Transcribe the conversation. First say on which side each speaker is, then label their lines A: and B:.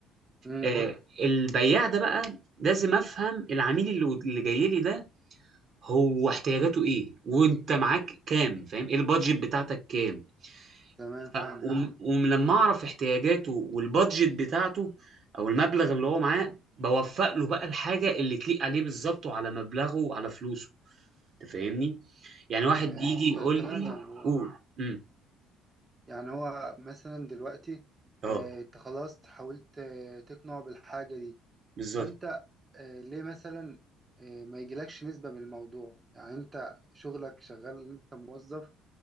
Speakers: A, on the right (about 25°); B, on the right (about 55°).
A: امم
B: آه، البياع ده بقى لازم افهم العميل اللي اللي جاي لي ده هو احتياجاته ايه وانت معاك كام فاهم ايه البادجت بتاعتك كام
A: تمام فاهم
B: ف- وم- ولما اعرف احتياجاته والبادجت بتاعته او المبلغ اللي هو معاه بوفق له بقى الحاجه اللي تليق عليه بالظبط وعلى مبلغه وعلى فلوسه انت فاهمني يعني واحد
A: آه
B: يجي يقول
A: ت- تمام
B: لي
A: يعني
B: قول امم
A: يعني هو مثلا دلوقتي
B: اه
A: آه، انت خلاص حاولت آه، تقنعه بالحاجة دي
B: بالظبط
A: فانت آه، ليه مثلا آه، ما يجيلكش نسبة بالموضوع يعني انت شغلك شغال انت موظف